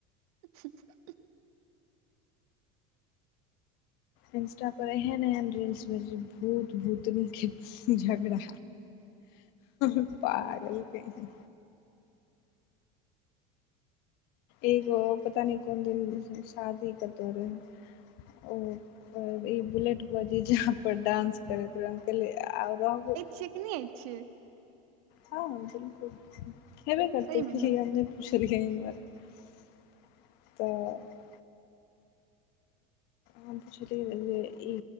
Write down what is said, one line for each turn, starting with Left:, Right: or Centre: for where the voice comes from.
Right: <unintelligible>
Left: इंस्टा पर एहन एहन रील्स <unintelligible> भूत भूतनीके झगड़ा पागल कहीं एगो पता नइ कोन दिन शादी कतो रहे ओ ई बुलेट प जीजा पर डानंस करैत रहै के <unintelligible> आओर रहबो
Right: छिकने आर छिय
Left: हँ बिलकुल हेबे करतै
Right: सही मे
Left: कि
Right: ने
Left: <unintelligible> हम पुछलिय जे ई